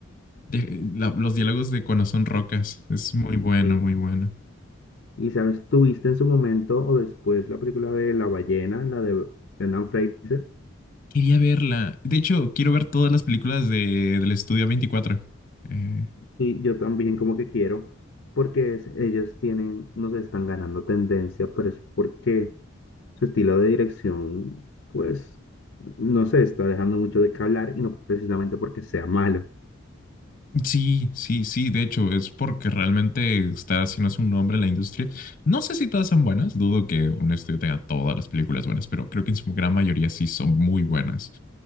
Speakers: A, on the left; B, on the left.
A: de- la- los diálogos de cuando son rocas, es muy bueno,
B: y,
A: muy bueno.
B: y sabes, tuviste en su momento o después la película de La ballena, la de... Brendan Fraser,
A: Quería verla, de hecho, quiero ver todas las películas de, del estudio veinticuatro Eh,
B: Sí, yo también como que quiero, porque es- ellos tienen, no sé, están ganando tendencia, pero es porque su estilo de dirección, pues, no sé, está dejando mucho de qué hablar y no precisamente porque sea malo. <clears throat>
A: sí, sí, sí, de hecho, es porque realmente está haciendo un nombre en la industria. No sé si todas son buenas, dudo que un estudio tenga todas las películas buenas, pero creo que en su gran mayoría sí son muy buenas.